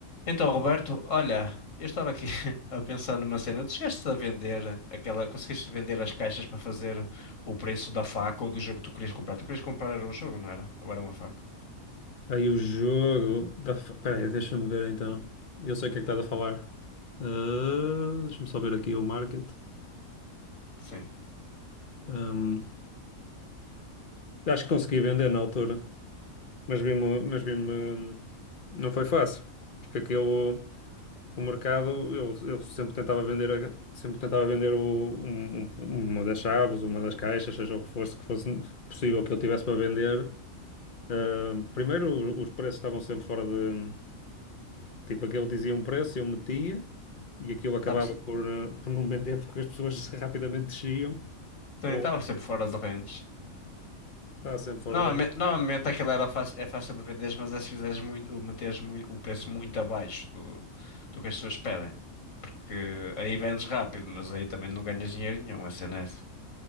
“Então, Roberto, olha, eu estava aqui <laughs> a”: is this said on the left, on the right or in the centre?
Left